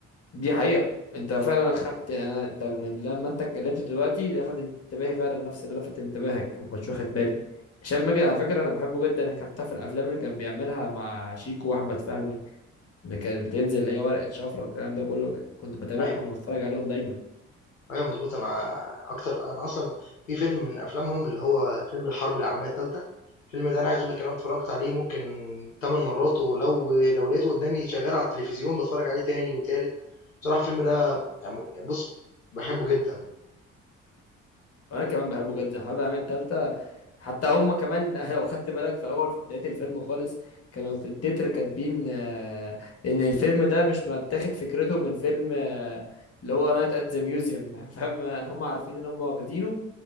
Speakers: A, on the left; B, on the left.
A: دي حقيقة انت فعلا اخدت يعني أنا- انت من لما انت اتكلمت دلوقتي لفت انتباهي فعلا نفس اللي لفت انتباهك ما كنتش واخد بالي هشام ماجد على فكرة انا بحبه جدا حتى في الافلام اللي كان بيعملها مع شيكو واحمد فهمي اللي كانت بتنزل اللي هي ورقة شفرة والكلام ده كله كنت بتابعهم
B: أيوه.
A: واتفرج عليهم دايما
B: ايوه مظبوط انا اكتر انا اصلا في فيلم من افلامهم اللي هو فيلم الحرب العالميه الثالثه الفيلم ده انا عايز اقول لك إن انا اتفرجت عليه ممكن 8 مرات ولو لو لقيته قدامي شغال على التلفزيون بتفرج عليه تاني وتالت بصراحه الفيلم ده يعني بص بحبه جدا
A: انا كمان بحبه جدا حرب العالميه الثالثه حتى هم كمان <laughs> لو خدت بالك في اول في بدايه الفيلم خالص كانوا في التتر كاتبين آه، ان الفيلم ده مش متاخد فكرته من فيلم آه، اللي هو نايت ات ذا ميوزيوم <laughs> فاهم انا هم عارفين ان هم واخدينه